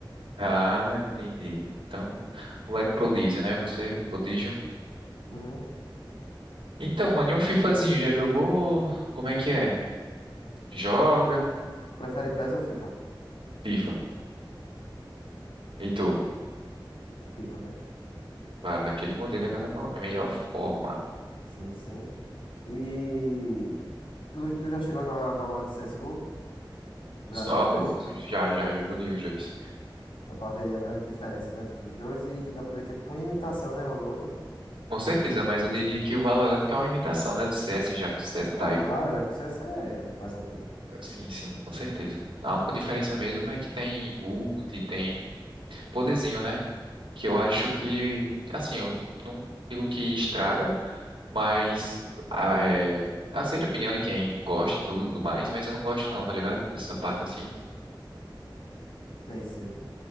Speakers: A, on the right; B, on the left.
A: Ah, entendi. Então, moleque prodígio, né? Você, prodígio.
B: Uhum.
A: Então, mano, e um FIFAzinho? Já jogou? Como é que é? Joga?
B: Prefere PES ou FIFA?
A: FIFA. E tu?
B: FIFA, né?
A: Claro, naquele modelo, daquela mo- melhor forma.
B: Sim, sim. E tu, tu já chegou a jogar Valorant CSGO? Já,
A: Só,
B: né? Os dois.
A: o- já, já, já joguei os dois.
B: Dá pra ver a grande diferença, né? Dos dois e dá pra ver que é tipo uma imitação, né? Uma da outra.
A: Com certeza, mas eu diria que o Valorant que é uma imitação, né, do CS, já que o CS
B: Não,
A: tá aí.
B: claro, já que o CS é mais antigo.
A: Sim, sim, com certeza. A única diferença mesmo é que tem ult, tem poderzinho, né? Que eu acho que, assim, eu não digo que estraga, Mas ah, é, aceito a opinião de quem gosta e tudo mais, mas eu não gosto não, tá ligado? Dessa parte assim.
B: Sei, sei.